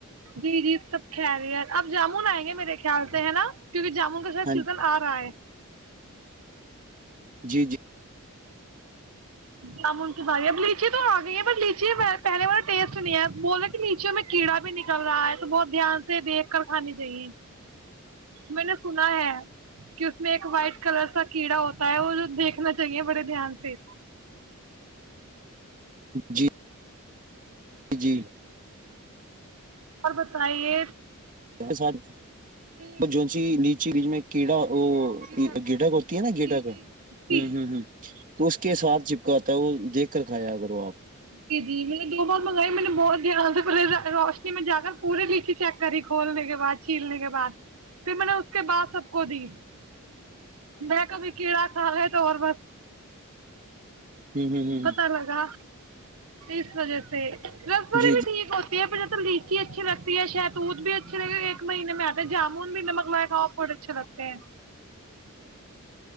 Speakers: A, on the right (about 80°); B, on the right (about 40°).
A: جی جی سب خہری ہے اب جامن آئیں گے میرے خیال سے ہے نا کیونکہ جامن کا شاید
B: ہاں
A: چزن آ رہا ہے
B: جی جی
A: جامن کی باری اب لیچی تو آ گئی ہے ب لیچی پہلے والا ٹیسٹ نہیں ہے بول رہے کہ لیچیوں میں کیڑا بھی نکل رہا ہے تو بہت دھیان سے دیکھ کر کھانی چاہیے میں نے سنا ہے کہ اس میں ایک وائٹ کلر سا کیڑا ہوتا ہے وہ جو دیکھنا چاہیے بڑے دھیان سے
B: جی جی
A: اور بتائیے
B: ساتھ
A: جی
B: جونسی نیچ چی بیز میں کیڑا وہ
A: جی سب
B: گٹک ہوتی ہے نا گیٹک
A: جی جی جی
B: ہ ہ ہ تو اس کے ساتھ کاتا ہے وہ دیکھ کر کھایا اگر وہ آپ
A: جی جی میں نے دو بار منگائی نے بہت دھیان سے پے روشنی میں جا کر پورے لیچی چیک کری کھولنے کے بعد چھیلنے کے بعد پھر میں نے اس کے بعد سب کو دی میں کبھی کیڑا کھا گ تو اور بس
B: ہوں ہ ہ
A: پتہ لگا اس وجہ سے روری
B: جی جی
A: بھی ٹھیک ہو پ پ لیچی اچھی لگتی ہےایدت دود بھی اچھی لگ ایکہینے میں جامن بھی مگ م ہاپڈ اچھا لگتے ہیں